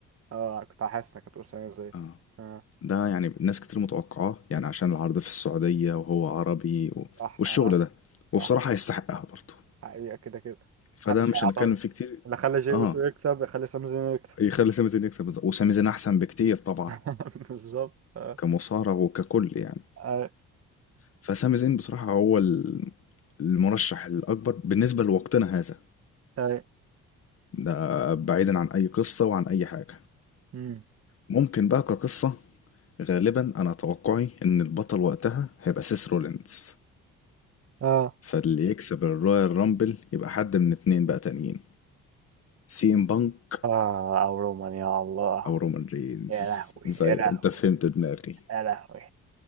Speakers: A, on the right (about 55°); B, on the left (about 50°).
A: اه كنت حاسس انك هتقول سامي زي
B: اه
A: اه
B: ده يعني ناس كتير متوقعاه يعني عشان العرض في السعودية وهو عربي و...
A: صح
B: والشغل
A: اه
B: ده
A: صح
B: وبصراحة يستحقها برضه
A: حقيقة كده كده
B: فده
A: محدش
B: مش
A: هيعترض
B: هنتكلم فيه كتير
A: اللي خلى جي
B: اه
A: اوسو يكسب يخلي سامي زين يكسب
B: يخلي سامي زين يكسب بالظبط. وسامي زين احسن بكتير طبعا
A: <laughs> بالظبط اه
B: كمصارع وككل يعني
A: اه
B: فسامي زين بصراحة هو ال- المرشح الأكبر بالنسبة لوقتنا هذا
A: اه
B: ده بعيدا عن اي قصة وعن اي حاجة
A: مم.
B: ممكن بقى كقصة غالبا انا توقعي ان البطل وقتها هيبقى سيس رولينز
A: اه
B: فاللي يكسب الرويال رامبل يبقى حد من اتنين بقى تانيين سي ام بانك
A: آه، او رومان يا الله
B: او رومان رينز
A: يا لهوي يا
B: زي
A: لهوي
B: انت فهمت دماغي
A: يا لهوي